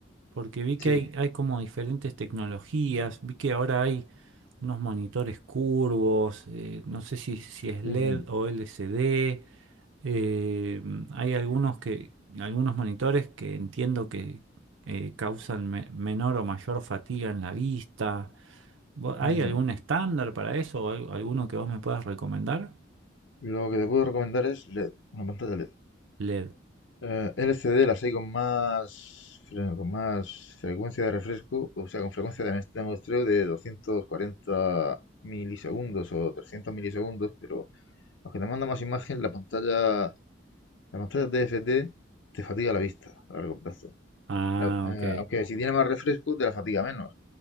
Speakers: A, on the right; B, on the left.
A: porque vi que
B: sí.
A: hay, hay como diferentes tecnologías, vi que ahora hay unos monitores curvos, eh, no sé si, si es LED
B: ujú,
A: o LCD, eh, hay algunos que, algunos monitores que entiendo que eh, causan me- menor o mayor fatiga en la vista. ¿Vo- ¿Hay
B: ujú.
A: algún estándar para eso o al- alguno que vos me puedas recomendar?
B: Lo que te puedo recomendar es LED, una pantalla LED.
A: LED.
B: Eh, LCD las hay con más, fre- con más frecuencia de refresco, o sea, con frecuencia de de muestreo de 240 milisegundos o 300 milisegundos, pero aunque te manda más imagen, la pantalla La pantalla TFT te fatiga la vista a largo plazo.
A: Ah,
B: La- eh,
A: ok.
B: aunque si tiene más refresco te la fatiga menos.